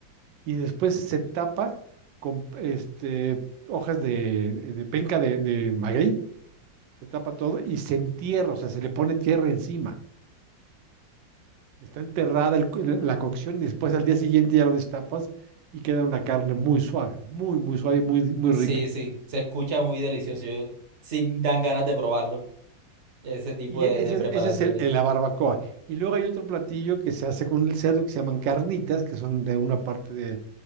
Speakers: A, on the right; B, on the right.
A: y después se tapa con este, hojas de, de penca de, de, maguey, se tapa todo y se entierra, o sea, se le pone tierra encima. Está enterrada el, la cocción y después al día siguiente ya lo destapas y queda una carne muy suave, muy, muy suave, muy, muy
B: Sí,
A: rica.
B: sí, se escucha muy delicioso. Yo, sí, dan ganas de probarlo. Ese tipo
A: Y
B: de,
A: e,
B: de
A: ese,
B: preparaciones.
A: ese es el, la barbacoa. Y luego hay otro platillo que se hace con el cerdo que se llaman carnitas, que son de una parte de,